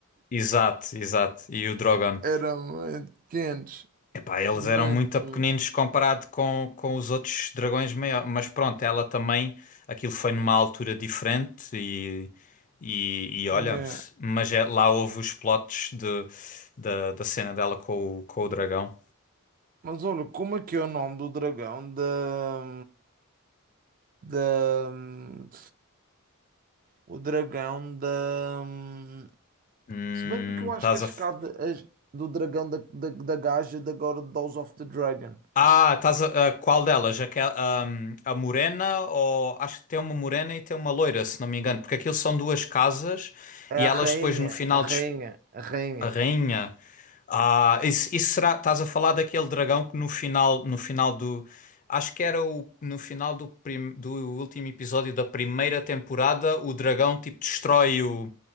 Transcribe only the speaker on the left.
Exato, exato. E o Drogon.
Epá, eles
eram muito pequeninos
comparado com, com os outros dragões maiores. Mas pronto, ela também. Aquilo foi numa altura diferente e. E, e olha,
se- mas é- lá houve os plots de, da, da cena dela com o, com o dragão.
Hum,
estás
a. f-
Ah, estás a. a qual delas? Aquela, a, hum, a morena ou. Acho que tem uma morena e tem uma loira, se não me engano. Porque aquilo são duas casas
e elas
depois no final.
A rainha. Ah, isso, isso será. Estás a falar daquele dragão que no final, no final do. Acho que era o, no final do, prim- do último episódio da primeira temporada, o dragão tipo destrói o,